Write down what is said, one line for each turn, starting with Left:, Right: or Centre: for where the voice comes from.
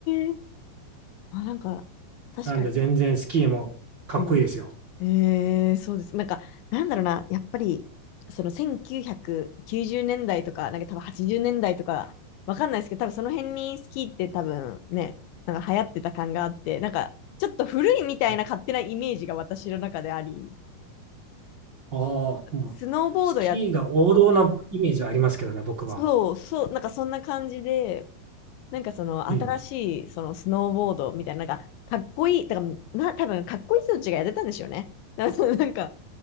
Left: えあ、なんか、確かに。
Right: た。なんで、全然スキーもかっこいいですよ。
Left: うんええそうです。なんか、なんだろうな、やっぱり、その1990年代とか、なんか多分80年代とか、わかんないですけど、多分その辺にスキーって多分ね、なんか流行ってた感があって、なんか、ちょっと古いみたいな勝手なイメージが私の中であり、
Right: ね、ああ、もう、
Left: スノーボードや、
Right: スキーが王道なイメージはありますけどね、僕は。
Left: そう、そう、なんかそんな感じで、なんかその新しいそのスノーボードみたいな、
Right: うん。
Left: なんかかっこいい、だからな、多分かっこいい人たちがやってたんでしょうね。<laughs> だからなんか、